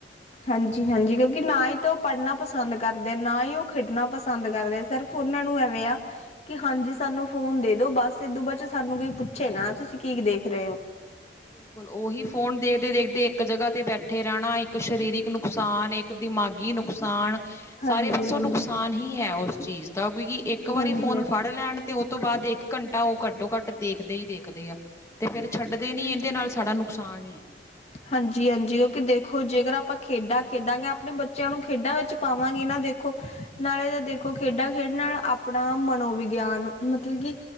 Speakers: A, on the left (about 35°); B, on the left (about 15°).
A: ਹਾਂਜੀ-ਹਾਂਜੀ, ਕੇਓਕਿ ਨਾ ਈ ਤਾਂ ਓ ਪੜ੍ਹਨਾ ਪਸੰਦ ਕਾਰਦੇ ਨਾ ਈ ਓ ਖੇਡਨਾ ਪਸੰਦ ਕਾਰਦੇ ਸੇਰਫ ਓਨਾਂ ਨੂੰ ਐਵੇਂ ਆ ਕੇ ਹਾਂਜੀ ਸਾਨੂੰ ਫੋਨ ਦੇ ਦੋ, ਬਾੱਸ ਇਦੋ ਬਾਚੋ ਕੋਈ ਸਾਨੂੰ ਕੋਈ ਪੁੱਛੇ ਨਾ ਤੁਸੀਂ ਕੀ ਦੇਖ ਰਏ ਓ।
B: ਬਿਲਕੁ, ਲ ਓਹੀ ਫੋਨ ਦੇਖਦੇ-ਦੇਖਦੇ ਏਕ ਜਗਾ ਤੇ ਬੈਠੇ ਰੈਣਾ ਏਕ ਸ਼ਰੀਰਿਕ ਨੁਕਸਾਨ ਏ ਏਕ ਦਿਮਾਗੀ ਨੁਕਸਾਨ
A: ਹਾਂਜੀ
B: ਸਾਰੇ ਪਾਸੋਂ
A: ਹਾਂਜੀ
B: ਨੁਕਸਾਨ ਹੀ ਹੈ, ਓਸ ਚੀਜ਼ ਦਾ ਕਿਉਂਕਿ ਏਕ ਵਾਰੀ
A: ਹਾਂਜੀ
B: ਫੋਨ ਫਾੜ ਲੈਣ ਤੇ ਓ ਤੋਂ ਬਾਦ ਇੱਕ ਘੰਟਾ ਓ ਘੱਟੋ-ਘੱਟ ਦੇਖਦੇ ਈ ਦੇਖਦੇ ਆ, ਤੇ ਫੇਰ ਛੱਡਦੇ ਨੀ ਏਦੇ ਦੇ ਨਾਲ ਸਾਡਾ ਨੁਕਸਾਨ ਤਾਣੀ ਆ।
A: ਹਾਂਜੀ-ਹਾਂਜੀ, ਓ ਕਿ ਦੇਖੋ ਜੇਕਰ ਆਪਾਂ ਖੇਡਾਂ ਖੇਡਾਂਗੇ ਆਪਨੇ ਬੱਚੇਆਂ ਨੂੰ ਖੇਡਾਂ ਵਿੱਚ ਪਾਵਾਂਗੇ ਨਾ ਦੇਖੋ, ਨਾਲੇ਼ ਤੇ ਦੇਖੋ ਖੇਡਾਂ ਖੇਡ ਨਾਲ ਆਪਣਾ ਮਨੋਵਿਗੇਆਨ ਮਤਲਬ ਕਿ